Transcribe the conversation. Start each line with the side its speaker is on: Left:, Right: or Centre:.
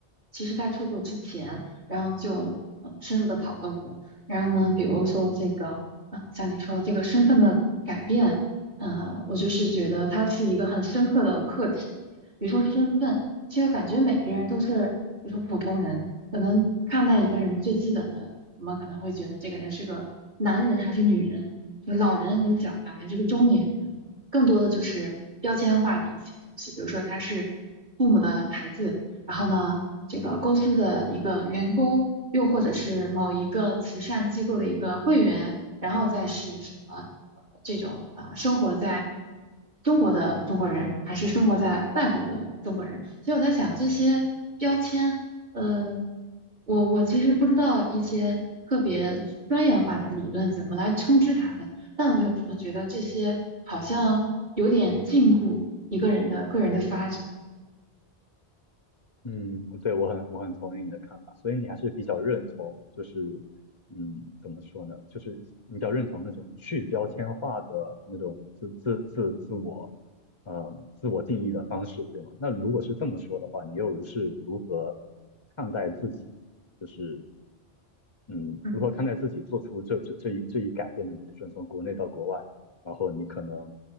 Right: 其实在出国之前，然后就呃深入的讨论过。然后呢，比如说这个，啊，像你说的这个身份的改变，呃，我就是觉得它是一个很深刻的课题。比如说身份，其实感觉每个人都是，比如说普通人，可能看待一个人最基本的，我们可能会觉得这个人是个男人还是女人，是个老人还是小孩，还是个中年人。更多的就是标签化的一些东西，比如说他是父母的孩子，然后呢，这个公司的一个员工，又或者是某一个慈善机构的一个会员，然后再是什么呃这种呃生活在中国的中国人，还是生活在外国的中国人，所以我在想这些标签，呃，我我其实不知道一些特别专业化的理论怎么来称之它们。但我有时候觉得这些好像有点禁锢一个人的个人的发展。
Left: 嗯，对，我很我很同意你的看法，所以你还是比较认同，就是嗯，怎么说呢？就是你比较认同那种去标签化的那种自自自自我，嗯，自我定义的方式，对吗？那如果是这么说的话，你又是如何看待自己，就是嗯，
Right: 嗯，
Left: 如何看待自己做出这这这一这一改变的你，
Right: 嗯
Left: 比如说你从国内到国外，然后你可能，